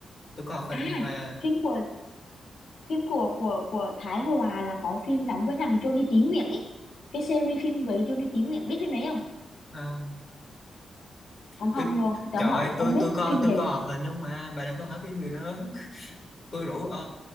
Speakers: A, on the left; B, on the left.
A: tôi coi hoạt hình
B: à
A: không mà
B: phim của phim của của của Thái Hòa là có phim đóng với thằng Johnny Tí Nguyện ấy. Cái series phim với Johnny Tí Nguyện biết phim đấy không?
A: không
B: Cũng
A: tôi
B: không luôn. Tưởng
A: trời
B: là
A: ơi
B: ông ông
A: tôi
B: biết
A: tôi coi
B: phim
A: tôi
B: gì.
A: coi hoạt hình không mà bà đừng có hỏi phim người lớn tôi rủ ờ,